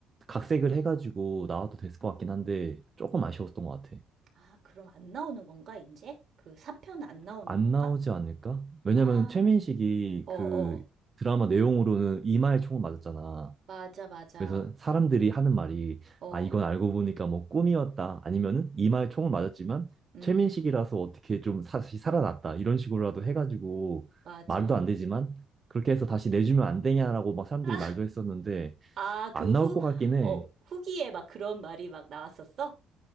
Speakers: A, on the right; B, on the right.
A: 각색을 해가지고 나와도 됐을 것 같긴 한데 조금 아쉬웠던 것 같아.
B: 아, 그럼 안 나오는 건가, 이제? 그 삼편 안 나오는
A: 안
B: 건가?
A: 나오지 않을까? 왜냐면
B: 아,
A: 최민식이
B: 어,
A: 그
B: 어.
A: 드라마 내용으로는 이마에 총을 맞았잖아.
B: 맞아, 맞아.
A: 그래서 사람들이 하는 말이
B: 어,
A: 아 이건 알고 보니까 뭐 꿈이었다 아니면은 이마에 총을 맞았지만
B: 음,
A: 최민식이라서 어떻게 좀 사- 다시 살아났다 이런 식으로라도 해가지고
B: 맞아.
A: 말도 안 되지만 그렇게 해서 다시 내주면 안 되냐라고 막 사람들이
B: <laughs>
A: 말도 했었는데
B: 아,
A: 안
B: 그 후,
A: 나올 것 같긴 해.
B: 어, 후기에 막 그런 말이 막 나왔었어?